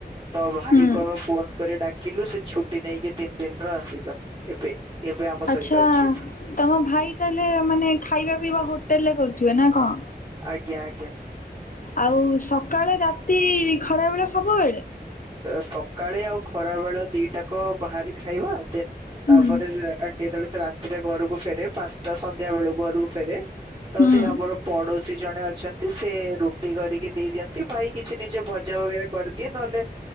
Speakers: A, on the right; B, on the left.
A: ତ ଭାଇ
B: ହୁଁ
A: କ ଆମେ ଫୋନ କରି ଡାକିଲୁ ସେ ଛୁଟି ନେଇକି ତିନି ଦିନ ର ଆସିଲା। ଏବେ। ଏବେ ଆମ
B: ଆଚ୍ଛା
A: ସହିତ ଅଛି ଏଠି।
B: ତମ ଭାଇ ତାହେଲେ ମାନେ ଖାଇବା ପିଇବା ହୋଟେଲରେ କରୁଥିବେ ନା କଣ।
A: ଆଜ୍ଞା ଆଜ୍ଞା।
B: ଆଉ ସକାଳେ ରାତି ଖରାବେଳେ ସବୁବେଳେ।
A: ସକାଳେ ଆଉ ଖରା ବେଳ ଦିଟାକ ବାହାରି ଖାଇବା ଦେ। ତାପରେ
B: ହୁଁ
A: ଯେ ଯେତେବେଳେ ସେ ରାତିରେ ଘରକୁ ଫେରେ ପାଞ୍ଚଟା ସନ୍ଧ୍ୟା ବେଳକୁ ଘରକୁ ଫେରେ। ତ
B: ହୁଁ
A: ସେ ଆମର ପଡୋଶୀ ଜଣେ ଅଛନ୍ତି ସେ ରୁଟି କରିକି ଦେଇ ଦିଅନ୍ତି ଭାଇ କିଛି ନିଜ ଭଜା ବଗେରା। କରିଦିଏ ନ ହେଲେ।